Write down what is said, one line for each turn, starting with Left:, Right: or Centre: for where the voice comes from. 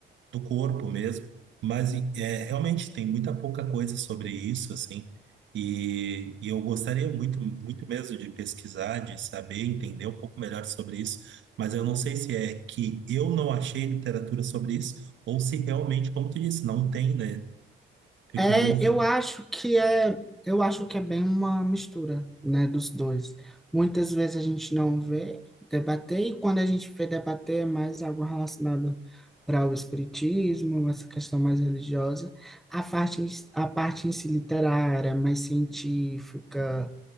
Right: do corpo mesmo, mas é, realmente tem muita pouca coisa sobre isso, assim, e, e eu gostaria muito, muito mesmo de pesquisar, de saber, entender um pouco melhor sobre isso, mas eu não sei se é que eu não achei literatura sobre isso, ou se realmente, como tu disse, não tem, né? Fico
Centre: É,
Right: em dúvida.
Centre: eu acho que é, eu acho que é bem uma mistura, né, dos dois. Muitas vezes a gente não vê debater e quando a gente vê debater é mais algo relacionado para o espiritismo, essa questão mais religiosa, a parte a parte em si literária, mais científica,